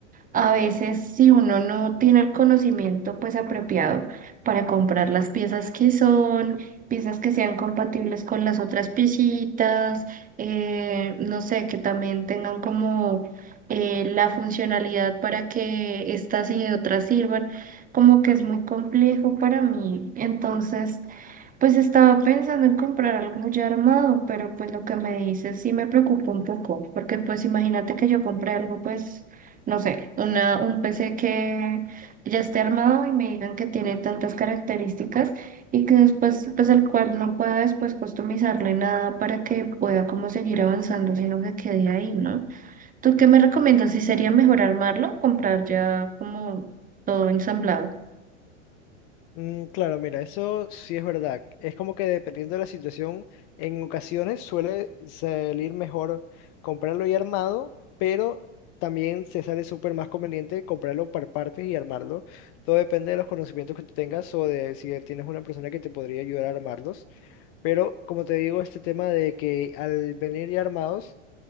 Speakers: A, on the right (about 20°); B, on the left (about 40°).
A: A veces, si uno no tiene el conocimiento pues apropiado para comprar las piezas que son, piezas que sean compatibles con las otras piecitas, eh, no sé, que también tengan como eh, la funcionalidad para que estas y otras sirvan, como que es muy complejo para mí. Entonces, pues estaba pensando en comprar algo ya armado, pero pues lo que me dices sí me preocupa un poco, porque pues imagínate que yo compré algo, pues, no sé, una, un PC que ya esté armado y me digan que tiene tantas características y que después, pues al cual no pueda después customizarle nada para que pueda como seguir avanzando, sino que quede ahí, ¿no? ¿Tú qué me recomiendas? ¿Si sería mejor armarlo, comprar ya como todo ensamblado?
B: Mm, claro, mira, eso sí es verdad. Es como que dependiendo de la situación, en ocasiones suele salir mejor comprarlo y armado, pero también se sale súper más conveniente comprarlo por partes y armarlo. Todo depende de los conocimientos que tú tengas o de si tienes una persona que te podría ayudar a armarlos. Pero como te digo, este tema de que al venir ya armados...